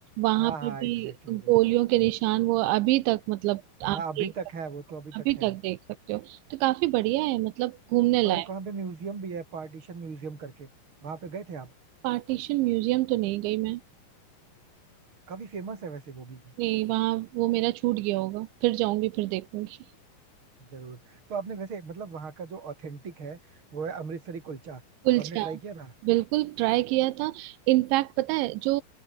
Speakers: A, on the right; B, on the right.
A: वहां
B: हाँ
A: पे
B: हाँ
A: भी
B: एग्जैक्टली
A: गोलियों
B: वो चीज तो
A: के
B: है
A: निशान वो अभी तक मतलब
B: हाँ
A: आप
B: अभी
A: देख सकते
B: तक है वो तो
A: हो
B: अभी
A: अभी
B: तक है
A: तक देख सकते हो तो काफी बढ़िया है मतलब घूमने
B: और
A: लायक
B: एक वहाँ पे म्यूजियम भी है पार्टीशन म्यूजियम करके वहाँ पे गए थे आप
A: पार्टीशन म्यूजियम तो नहीं गई मैं
B: काफी फेमस है वैसे वो भी
A: नहीं वहाँ वो मेरा छूट गया होगा फिर जाऊंगी फिर देखूंगी
B: जरूर तो आपने वैसे मतलब वहाँ का जो ऑथेंटिक है वो है अमृतसरी कुलचा
A: कुलचा
B: वो आपने ट्राई किया था
A: बिल्कुल ट्राई किया था इनफैक्ट पता है जो